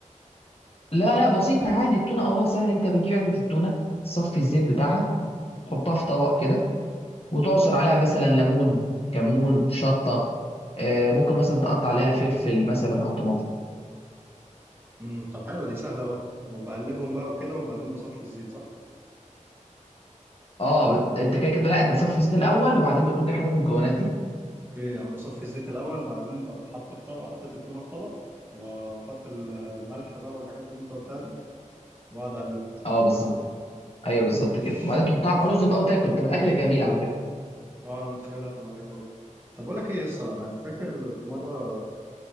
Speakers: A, on the left; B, on the right.
A: لا لا بسيطه عادي التونه امرها سهل انت بتجيب علبه التونه تصفي الزيت بتاعها تحطها في طبق كده وتعصر عليها مثلا ليمون كمون شطه آه، ممكن مثلا تقطع عليها فلفل مثلا او طماطم
B: امم طب حلوه دي سهله قوي وبقلبهم بقى وكده وبعدين بصفي الزيت صح
A: اه بت- انت كده كده لا انت بتصفي الزيت الاول وبعدين بتقوم جاي حاطط المكونات دي
B: اوكي يعني بصفي الزيت الاول بعدين بروح حاطه في طبق حاطط التونه في طبق واحط ال- الملح بقى والحاجات اللي انت قلتها دي واقعد اقلب
A: اه بالظبط ايوه بالظبط
B: مش
A: كده وبعدين تحطها
B: ماشي
A: على الرز بقى وتاكل بتبقى اكله جميله على فكره
B: اه انا متخيلها تبقى حلوه وبتاع. طب بقول لك ايه يا اسطى انا فاكر في مره